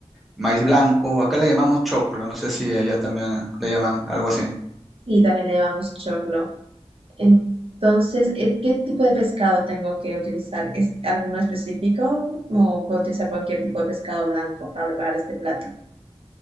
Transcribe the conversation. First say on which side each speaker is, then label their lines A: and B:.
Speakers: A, in the centre; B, on the right.
A: maíz blanco. Acá le llamamos choclo, no sé si allá también le llaman algo así.
B: Sí, también le llevamos choclo. Entonces, eh, ¿qué tipo de pescado tengo que utilizar? ¿Es alguno específico o puedo utilizar cualquier tipo de pescado blanco para preparar este plato?